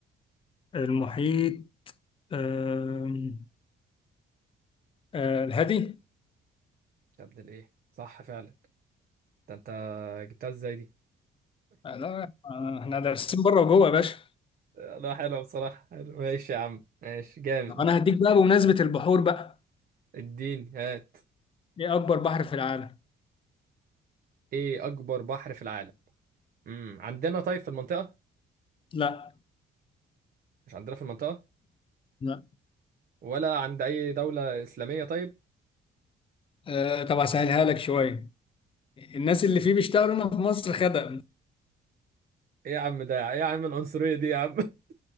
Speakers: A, on the left; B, on the right.
A: المحيط آم، آه الهادي
B: يا ابن الإيه صح فعلا ده أنت جبتها إزاي دي
A: آه لا آه احنا دارسين بره وجوه يا باشا
B: لا حلوة بصراحة حلو ماشي يا عم ماشي جامد
A: طب انا هديك بقى بمناسبة البحور بقى
B: اديني هات
A: ايه اكبر بحر في العالم
B: إيه أكبر بحر في العالم امم عندنا طيب في المنطقة
A: لا
B: مش عندنا في المنطقة
A: لا
B: ولا عند أي دولة إسلامية طيب
A: آه طب هسهلها لك شوية الناس اللي فيه بيشتغلوا هنا في مصر خدم
B: إيه يا عم ده إيه يا عم العنصرية دي يا عم <laughs>